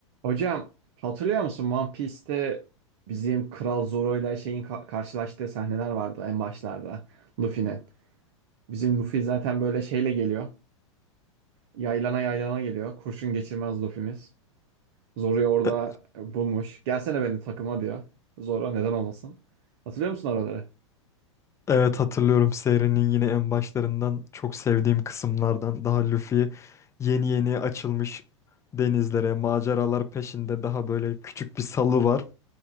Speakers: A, on the right; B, on the left.
A: Hocam hatırlıyor musun One Piece'te bizim Kral Zoro ile şeyin ka- karşılaştığı sahneler vardı en başlarda Luffy'nin. Bizim Luffy zaten böyle şeyle geliyor. Yaylana yaylana geliyor. Kurşun geçirmez Luffy'miz. Zoro'yu orada
B: E-
A: e, bulmuş. Gelsene benim takıma diyor. Zoro neden olmasın. Hatırlıyor musun oraları?
B: Evet hatırlıyorum serinin yine en başlarından çok sevdiğim kısımlardan daha Luffy yeni yeni açılmış denizlere, maceralar peşinde daha böyle küçük bir salı var.